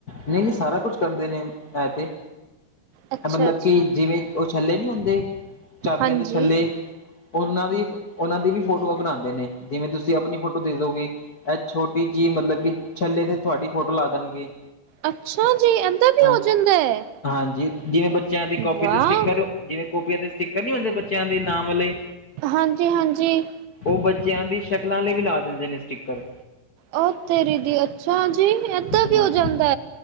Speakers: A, on the left; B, on the right.
A: ਨਈਂ ਨਈਂ ਸਾਰਾ ਕੁਛ ਕਰਦੇ ਨੇ, ਐਂ ਤੇ।
B: ਅੱਛਾ-ਅੱਛਾ
A: ਮਤਲਬ ਕਿ, ਜਿਵੇਂ ਉਹ ਛੱਲੇ ਨਹੀਂ ਹੁੰਦੇ, ਚਾਬੀਆਂ
B: ਹਾਂਜੀ-ਹਾਂਜੀ
A: ਦੇ ਛੱਲੇ। ਉਹਨਾਂ ਦੀ, ਉਹਨਾਂ ਦੀ ਵੀ ਫੋਟੋਆਂ ਬਨਾੰਦੇ ਨੇ, ਜਿਵੇਂ ਤੁਸੀਂ ਅਪਨੀ ਫੋਟੋ ਦੇ ਦੋਗੇ। ਐ ਛੋਟੀ ਜੀ ਮਤਲਬ ਕਿ, ਛੱਲੇ ਤੇ ਤੁਹਾਡੀ ਫੋਟੋ ਲਾ ਦੇਨਗੇ।
B: ਅੱਛਾ ਜੀ। ਵੀ
A: ਹਾਂ,
B: ਹੋ ਜਾਂਦਾ ਐ
A: ਹਾਂਜੀ ਜਿਵੇਂ ਬੱਚਿਆਂ ਦੀ ਕਾਪੀ
B: ਵਾਹ
A: ਤੇ ਸਟਿੱਕਰ ਜਿਵੇਂ ਕੋਪੀਂਆਂ ਤੇ ਸਟਿਕਰ ਨੀ ਹੁੰਦੇ, ਬੱਚਿਆਂ ਦੇ ਨਾਮ ਵਾਲੇ।
B: ਹਾਂਜੀ, ਹਾਂਜੀ।
A: ਉਹ ਬੱਚਿਆਂ ਦੀ ਸ਼ਕਲਾਂ ਲਈ ਵੀ ਲਾ ਦਿੰਦੇ ਨੇ ਸਟਿੱਕਰ।
B: ਉਹ ਤੇਰੀ ਦੀ, ਅੱਛਾ ਜੀ ਏਦਾਂ ਵੀ
A: ਹਾਂ
B: ਹੋ ਜਾਂਦੈ,